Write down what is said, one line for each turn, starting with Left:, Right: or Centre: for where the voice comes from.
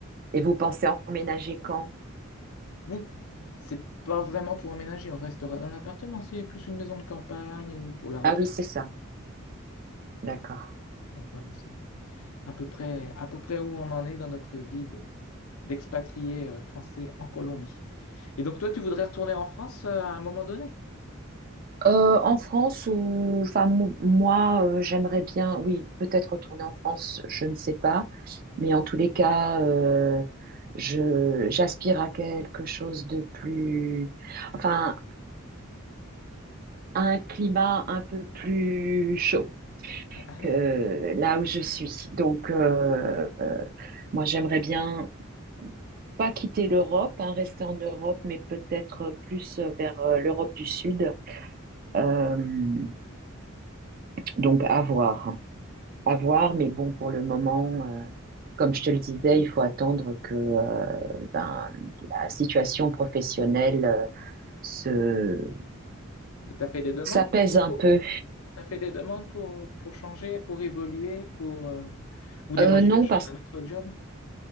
Right: Et vous pensez emménager quand?
Left: Bon, c'est pas vraiment pour emménager. On restera dans l'appartement. C'est plus une maison de campagne ou pour la retraite.
Right: Ah oui, c'est ça. D'accord.
Left: Donc, voilà, c'est. à peu près, à peu près où on en est dans notre vie de- d'expatrié euh, français en Colombie. Et donc, toi, tu voudrais retourner en France euh, à un moment donné?
Right: Euh, en France ou enfin mou- moi euh, j'aimerais bien oui peut-être retourner en France je ne sais pas mais en tous les cas euh, je j'aspire à quelque chose de plus enfin à un climat un peu plus chaud
Left: <laughs>
Right: que là où je suis donc euh, euh, moi j'aimerais bien pas quitter l'Europe, hein, rester en Europe, mais peut-être euh, plus euh, vers euh, l'Europe du Sud. Euh, donc à voir, à voir, mais bon, pour le moment, euh, comme je te le disais, il faut attendre que euh, ben, la situation professionnelle euh, se
Left: Mais tu as fait des demandes
Right: s'apaise
Left: pour,
Right: un
Left: pour-
Right: peu.
Left: t'as fait des demandes pour, pour changer, pour évoluer, pour, euh, ou des
Right: Euh,
Left: recherches
Right: non, parce
Left: d'un
Right: que
Left: autre job?